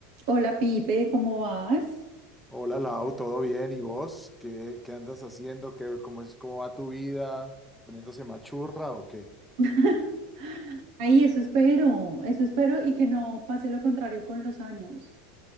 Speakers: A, on the right; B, in the centre.
A: Hola Pipe, ¿cómo vas?
B: Hola Lau, ¿todo bien? ¿Y vos? ¿Qué, qué andas haciendo? ¿Qué, cómo es, cómo va tu vida? ¿Poniéndose machurra o qué?
A: <laughs> Ay, eso espero, eso espero y que no pase lo contrario con los años,